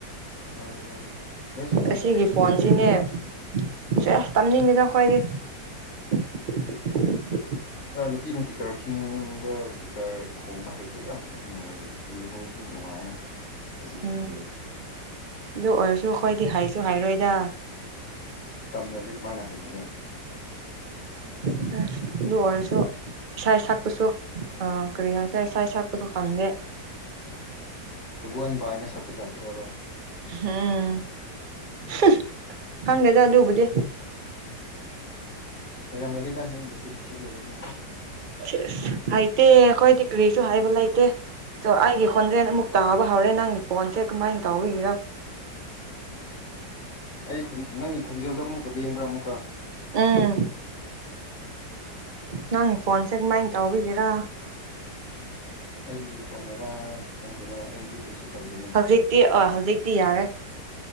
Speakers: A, on the left (about 65°); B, on the right (about 35°).
A: ꯃꯥꯅꯦ ꯃꯥꯅꯦ ꯅꯣꯏꯁꯨ ꯇꯝꯃꯣ
B: ꯑꯁꯤꯒꯤ
A: ꯀꯩꯅꯣ
B: ꯐꯣꯟꯁꯤꯅꯦ
A: ꯒꯤꯇꯔꯒꯨꯝꯕ
B: <unintelligible> ꯇꯝꯅꯤꯡꯗꯦꯗ ꯑꯈꯣꯏꯗꯤ <inaudible>
A: ꯅꯨꯄꯤꯅ ꯒꯤꯇꯔ ꯈꯤꯡꯕ ꯒꯤꯇꯔ ꯈꯣꯡꯕ ꯍꯩꯕꯗꯣ ꯌꯥꯝ ꯐꯖꯕꯅꯤ ꯌꯦꯡꯕꯗꯁꯨ ꯅꯨꯡꯉꯥꯏ ꯐꯖꯁꯨ
B: ꯎꯝ
A: ꯐꯖꯩ
B: ꯑꯗꯨ ꯑꯣꯏꯔꯁꯨ ꯈꯣꯏꯗꯤ ꯍꯩ ꯨ ꯍꯥꯏꯔꯣꯏꯗ
A: ꯇꯝꯗꯗꯤ ꯀꯃꯥꯏꯅ ꯍꯩꯒꯅꯤ
B: <unintelligible> ꯑꯗꯨ ꯑꯣꯏꯔꯁꯨ ꯏꯁꯩ ꯁꯛꯄꯁꯨ ꯑ ꯀꯔꯤ ꯍꯥꯏꯁꯤꯔ ꯏꯁꯩ ꯏꯁꯩ ꯁꯛꯄꯁꯨ ꯈꯪꯗꯦ
A: ꯀꯒꯣꯟ ꯕꯥꯏꯅ ꯁꯛꯄ ꯖꯥꯠꯇꯨꯔꯕ
B: <unintelligible> ꯈꯪꯗꯦꯗ ꯑꯗꯨꯕꯨꯗꯤ
A: ꯍꯩꯔꯝꯒꯅꯤꯗ ꯅꯣꯏ ꯅꯆꯤꯟ ꯊꯤꯕꯩꯅꯤ ꯅꯣꯏ
B: <unintelligible> ꯍꯩꯇꯦ ꯑꯈꯣꯏ ꯗꯤ ꯀꯔꯤꯁꯨ ꯍꯩꯕ ꯂꯩꯇꯦ ꯑꯩꯒꯤ ꯈꯣꯟꯖꯦꯜ ꯑꯃꯨꯛ ꯇꯥꯕ ꯍꯧꯔꯦ‌‌ ꯅꯪ ꯅꯪꯒꯤ ꯐꯣꯟꯁꯦ ꯀꯃꯥꯏꯅ ꯇꯥꯎꯕꯒꯤꯔ
A: ꯑꯩ ꯈꯨꯟ ꯅꯪꯒꯤ ꯈꯨꯟꯖꯦꯜꯗꯣ ꯑꯃꯨꯛꯀ ꯌꯦꯡꯕ꯭ꯔ ꯑꯃꯨꯛꯀ
B: ꯎꯝ ꯅꯪꯒꯤ ꯐꯣꯟꯁꯦ ꯀꯃꯥꯏꯅ ꯇꯥꯎꯕꯤꯒꯤꯔ
A: ꯑꯩꯒꯤ ꯐꯣꯟꯅꯔ ꯈꯪꯗꯦꯅꯦ ꯑꯩꯗꯤ ꯀꯩꯁꯨ ꯇꯧꯗꯦꯅꯦ
B: ꯍꯧꯖꯤꯛꯇꯤ ꯑ ꯍꯧꯖꯤꯛꯇꯤ ꯌꯥꯔꯦ